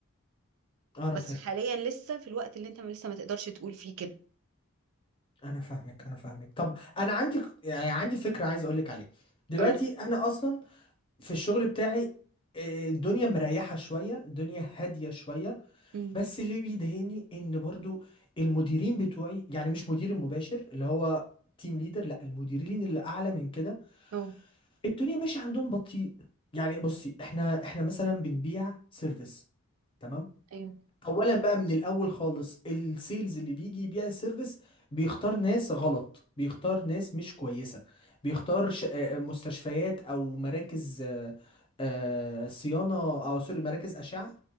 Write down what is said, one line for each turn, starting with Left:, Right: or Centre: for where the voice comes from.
Left: انا
Right: بس
Left: فاهم
Right: حاليا لسه في الوقت اللي انت لسه ما تقدرش تقول فيه كده
Left: انا فاهمك انا فاهمك طب انا عندي يعني عندي فكره عايز اقول لك عليها دلوقتي
Right: قولي
Left: انا اصلا في الشغل بتاعي آه، الدنيا مريحه شويه الدنيا هاديه شويه
Right: امم
Left: بس اللي بيضايقني ان برضو المديرين بتوعي يعني مش مدير المباشر اللي هو تيم ليدر لا المديرين اللي اعلى من كده
Right: اه
Left: الدنيا ماشيه عندهم بطيء يعني بصي احنا احنا مثلا بنبيع سيرفيس تمام
Right: ايوه
Left: اولا بقى من الاول خالص السيلز اللي بيجي يبيع السيرفيس بيختار ناس غلط بيختار ناس مش كويسه بيختار ش- آه، مستشفيات او مراكز آه، آه، صيانه او سوري مراكز اشعه